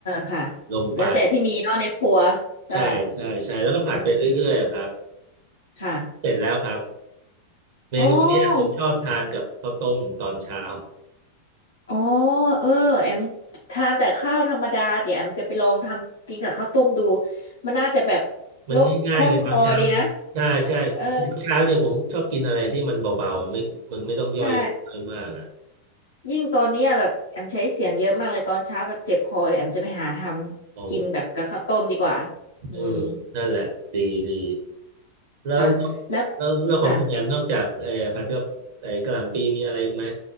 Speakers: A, on the left (about 70°); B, on the right (about 50°).
A: ค่ะ
B: ลงไป
A: แล้วแต่ที่มีเนอกในครัวใช่
B: ใช่ใช่ใช่แล้วก็ผัดไปเรื่อยๆอะครับ
A: อืมค่ะ
B: เสร็จแล้วครับเมนูเนี้ยผมชอบทานกับข้าวต้มตอนเช้า
A: โอ้ อ๋อเออแอมทานแต่ข้าวธรรมดาเดี๋ยวแอมจะไปลองทำกินกับข้าวต้มดู มันน่าจะแบบ
B: มันง่ายๆไงตอนเช้ามันใช่ใช่เดี๋ยวเช้าเนี่ยผมชอบกินอะไรที่มันเบาๆไม่มันไม่ต้องย่อย
A: โล้วคล่องคอดีนะเออใช่
B: มากอ่ะ
A: ยิ่งตอนเนี้ยแบบแอมใช้เสียงเยอะมากเลยตอนเช้าแบบเจ็บคอเดี๋ยวแอมจะไปหาทำกินแบบกับข้าวต้มดีกว่า
B: โอ้เออ
A: อืม
B: นั่นแหละดีดีแล้ว
A: ค่ะ แล้ว
B: แล้วแล้วของคุณแอมนอกจากไอ้ผัดกับไอ้กะหล่ำปีมีอะไรอีกไหม
A: ค่ะ